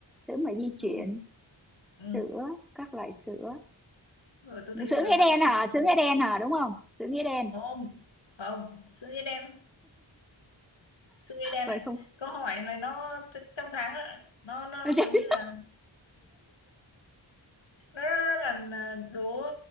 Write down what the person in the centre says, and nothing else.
sữa mà di
chuyển
sữa các loại sữa
sữa
nghĩa
đen
hả
sữa nghĩa đen hả đúng không sữa nghĩa đen
vậy
không
<laughs>